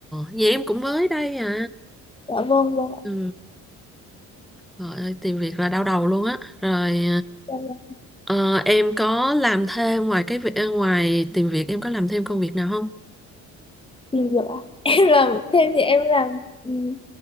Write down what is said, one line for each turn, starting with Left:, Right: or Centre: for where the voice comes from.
Centre: vậy em cũng mới đây à.
Left: Dạ vâng, vâng ạ.
Centre: Ừ. Trời ơi, tìm việc là đau đầu luôn á. Rồi
Left: Em là
Centre: ờ, em có làm thêm ngoài cái việc ờ, ngoài tìm việc em có làm thêm công việc nào không?
Left: tìm việc ạ. <laughs> Em làm thêm thì em làm ừm,